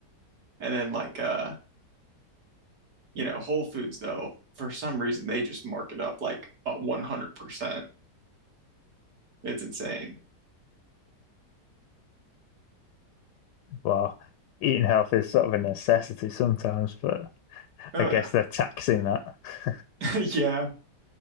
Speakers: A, on the right; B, on the left.
A: And then like uh, you know, Whole Foods though, for some reason they just mark it up like uh, 100%. It's insane.
B: Well, eating healthy is sort of a necessity sometimes, but.
A: Oh
B: I guess
A: yeah.
B: they're taxing that. <laughs>
A: <laughs> Yeah.